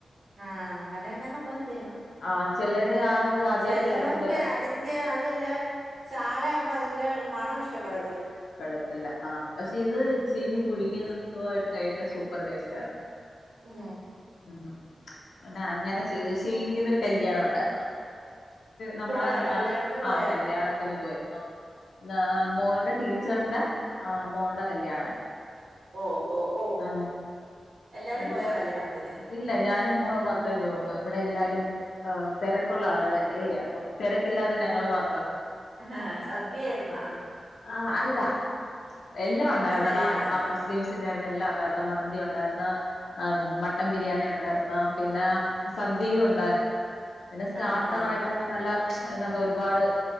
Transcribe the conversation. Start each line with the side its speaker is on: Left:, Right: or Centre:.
Right: ആ അങ്ങനെന്നെ നമ്മൾ ചെയ്ന്നെ
Left: ആഹ് ചിലര് അത് ആദ്യമായിട്ട്
Right: ചെലവർക്ക്
Left: കേൾക്കുമ്പോലെ
Right: അതിന്റെ അതല്ല ചാളയാവുമ്പൊ അതിന്റെ മണം ഇഷ്ടപ്പെടു
Left: പെടത്തില്ല ആ പക്ഷെ ഇത് ചീനി പുഴുങ്ങിത് ത്വായിട്ട് കഴിക്കാ സു സൂപ്പർ ടേസ്റ്റ് ആണ്
Right: ഏ
Left: ഉം അത അങ്ങനെ ചെയ്തെ പക്ഷേ എനി <unintelligible> കല്യാണുണ്ടായിരുന്നു നമ്മളെ
Right: പോയാ കല്യാണത്തിന്
Left: അ ആ
Right: പോയാ
Left: കല്യാണത്തിന് പോയിരുന്നു ദാമോള്ടെ ടീ ചെർണ്ട ആ മോള്ടെ കല്യാണായിര്ന്നു
Right: ഓ ഓ ഓ
Left: ആ
Right: എല്ലാരും
Left: അടിപൊളി
Right: പോയാ കല്യാണത്തിന്
Left: ഇല്ല ഞാനും മോളും മാത്രേ പോയള്ളൂ ഇവിടെ എല്ലാര് ദം ആ തെരക്കുള്ള ആളുകളല്ലേ അപ്പം തെരക്ക് ഇല്ലാ ദ് ഞങ്ങള് മാ
Right: അഹഹ സദ്യായിര്ന്നോ
Left: ആ അല്ല എല്ലാം ഉണ്ടായിര്ന്നടാ
Right: കല്യാണായിരുന്നാ
Left: ആ മുസ്ലിംസിന്റായിര്ന്ന് എല്ലാം ഉണ്ടായിര്ന്ന് മന്തി ഉണ്ടായിര്ന്നു ആ മട്ടൻ ബിരിയാണി ഉണ്ടായിര്ന്ന് പിന്നെ സദ്യയും ഉണ്ടായിര്ന്ന് പിന്നെ സ്റ്റാർട്ടറായിട്ടൊക്കെ
Right: ആഹ് ആഹ്
Left: നല്ല ഏതാണ്ട് ഒരുപാട്